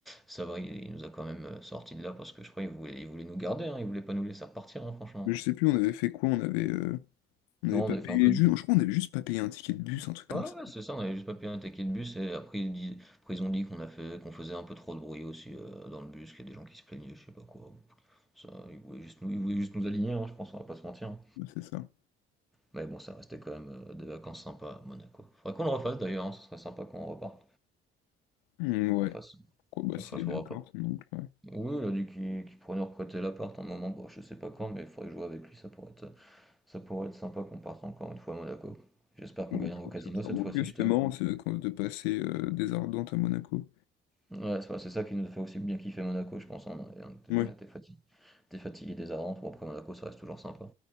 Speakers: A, in the centre; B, on the left.
A: ça va, il, il nous a quand même euh, sortis de là parce que je crois qu'il voulait, il voulait nous garder, hein, il voulait pas nous laisser repartir, hein, franchement.
B: mais je sais plus, on avait fait quoi, on avait... euh, On avait
A: Non,
B: pas
A: on avait fait
B: payé...
A: un peu de...
B: ju- Je crois qu'on avait juste pas payé un ticket de bus, un truc comme
A: Ouais,
B: ça.
A: ouais, c'est ça, on avait juste pas payé un ticket de bus et après, ils, dis- après, ils ont dit qu'on a fait, qu'on faisait un peu trop de bruit aussi euh, dans le bus, qu'il y a des gens qui se plaignaient, je sais pas quoi. Ça, ils voulaient juste nous, ils voulaient juste nous aligner, hein, je pense, on va pas se mentir. hein.
B: Ouais, c'est ça.
A: Mais bon, ça restait quand même euh, des vacances sympas à Monaco. Faudrait qu'on le refasse d'ailleurs, hein, ce serait sympa qu'on reparte,
B: Hmm, ouais.
A: qu'on fasse.
B: Quoi, bah,
A: Qu'on
B: s'il
A: fasse
B: est
A: voir
B: d'accord,
A: pas.
B: ton oncle, ouais.
A: Oui, il a dit qu'il qu'il pourrait nous reprêter l'appart un moment, bon, je sais pas quand, mais il faudrait jouer avec lui, ça pourrait être, ça pourrait être sympa qu'on parte encore une fois à Monaco. J'espère qu'on
B: Bon,
A: gagnera
B: on pourra
A: au casino
B: se faire ça
A: cette
B: Bon,
A: fois-ci,
B: En tout cas, c'était
A: je t'avoue.
B: marrant, ces vacances de passer euh, des Ardentes à Monaco.
A: Ouais, c'est vrai, c'est ça qui nous fait aussi bien kiffer Monaco, je pense. hein, on on était,
B: Ouais.
A: on était fatigué, des fatigué des Bon, après Monaco, ça reste toujours sympa.